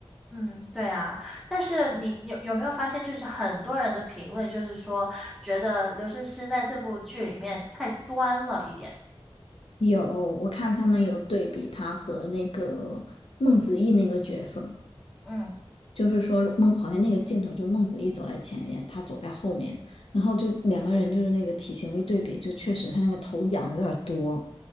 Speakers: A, in the centre; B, on the left.
A: 嗯，对啊。但是你有有没有发现，就是很多人的评论就是说，觉得刘诗诗在这部剧里面太端了一点。
B: 有我看他们有对比他和那个孟子义那个角色，
A: 嗯，
B: 就是说孟好像那个镜头，就孟子义走在前面，他走在后面，然后就两个人就是那个体型一对比，就确实他那个头仰的有点多。